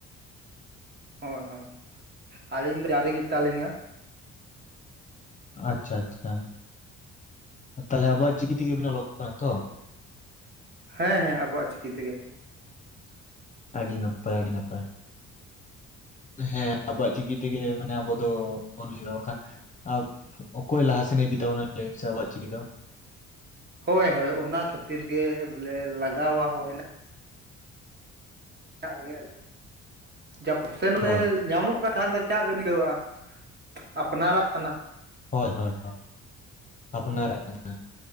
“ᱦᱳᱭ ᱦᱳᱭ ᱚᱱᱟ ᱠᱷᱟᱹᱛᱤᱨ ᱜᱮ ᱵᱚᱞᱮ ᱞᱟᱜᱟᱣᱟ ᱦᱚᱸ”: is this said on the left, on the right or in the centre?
Right